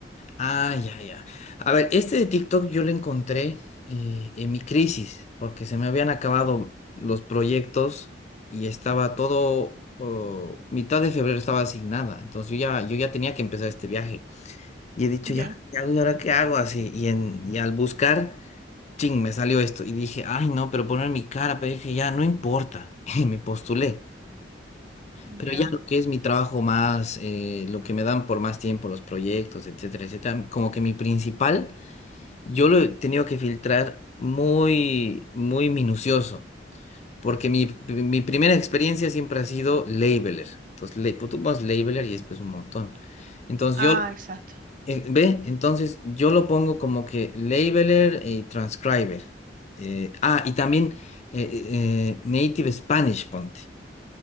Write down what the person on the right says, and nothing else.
Ya,
ya.
Ah,
exacto.